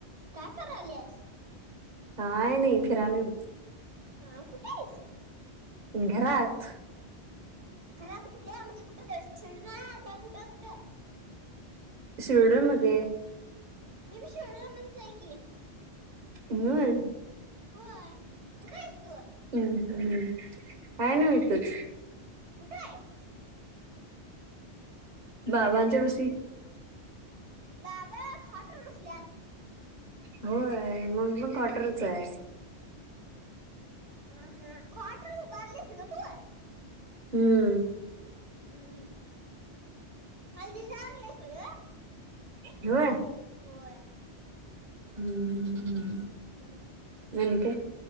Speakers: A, on the right; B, on the right.
A: काय कराल्यास?
B: काय नाही फिरालोय बघ.
A: हा कुठे आहेस?
B: घरात.
A: घरात कुठल्या म्हणजे कुठस हाईस <unintelligible> कुठं कुठं?
B: शिरडोन मदे.
A: मी पण शोणू आणायला जाई. कील
B: <unintelligible>
A: होय.
B: <inaudible>
A: कुठे आहेस तू?
B: हम्. हम्म काय नव तेच.
A: कुट आहेस?
B: बाबांच्या पशी.
A: दादा खातर नसल्यात
B: होय मं मी पण कॉटरच आहे.
A: हा हा खॉट वर उभारलीस ग तू.
B: हम्म.
A: हम्म. माहिती सांगलीस ळ.
B: व्हय.
A: होय.
B: <inaudible>
A: हम्म
B: नाही म्हणतो.